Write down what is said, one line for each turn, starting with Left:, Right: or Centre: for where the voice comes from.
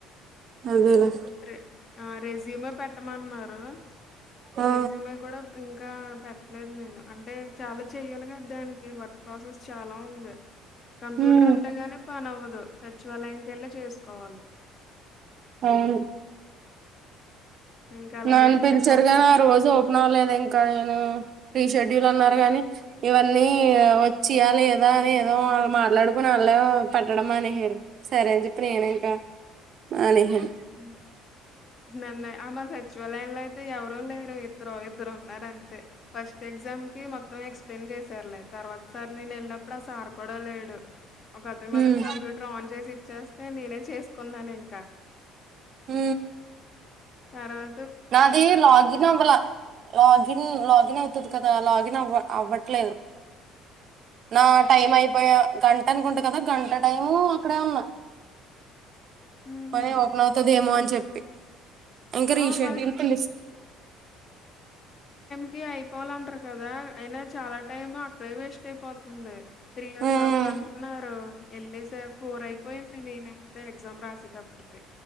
Right: అదేలె
Left: రె ఆ రెస్యూమ్ ఎ పెట్ పేట్టమన్నారు
Right: ఆ
Left: రెజ్యూమె కూడా ఇంకా పెట్టలేదు నేను అంటే చాలా చెయ్యాలి కదా దానికి వర్క్ ప్రాసెస్ చాలా ఉంది ఉంది కంప్యూటర్
Right: ఉమ్
Left: ఉంటేగానే పనవ్వదు సచివాలయంకెల్లె చేసుకోవాలి.
Right: అవును
Left: ఇంకా అలాగే
Right: నాన్
Left: అయిందా
Right: పిలిచారుగానీ
Left: కౌశలం
Right: ఆ
Left: ఎగ్జామ్
Right: రోజు ఓపెన్ అవ్వలేదు ఇంకా నేను ప్రీ షెడ్యూల్ అన్నారు గానీ ఇవన్నీ వచ్చియా లేదా అని ఏదో వాళ్ళు మాట్లాడుకుని వాళ్ళు పట్టడం మానేశారు సరే అని చెప్పి నేనే ఎల్లిపోయా మానేశారు
Left: అ నన్న ఆ మా సచివాలయ లో అయితే ఎవరు లేరు ఇద్దరు ఇద్దరు ఉన్నారంతే ఫస్ట్ ఎగ్జామ్ కి మొత్తం ఎక్స్ప్లెయిన్ చేసారు లే తర్వాత సార్ నేన్ ఎల్లినప్పుడు ఆ సార్ కూడా లేడు ఒక అతను మాత్రం
Right: ఉమ్
Left: కంప్యూటర్ ఆన్ చేసి చేస్తే నేనైత్ చేసుకున్నాను ఇంక
Right: ఊ
Left: తార
Right: నాది లాగిన్ అవ్లా లాగిన్ లాగిన్ అయితది కదా లాగిన్ నవ్వ అవ్వట్లేదు నా టైమ్ అయిపోయా గన్ టనుకుంటా గదా గంట టైము అక్కడే ఉన్నా.
Left: హుహు
Right: పని ఓపెనవుతదేమో అని చెప్పి ఇంక రీ
Left: ఆ
Right: షెడ్యూల్
Left: వాళ్ళు
Right: కి లిఫ్ట్
Left: కి అయిపోవాలంటరు కదా అయినా చాలా టైం అక్కడే వేస్ట్ అయిపోతుంది. త్రీ యో
Right: ఉమ్
Left: క్లాక్ అంటున్నారు. ఎల్లేసి పోర్ అయిపోయింది నీది ఎగ్జామ్ రాసేటప్పటికీ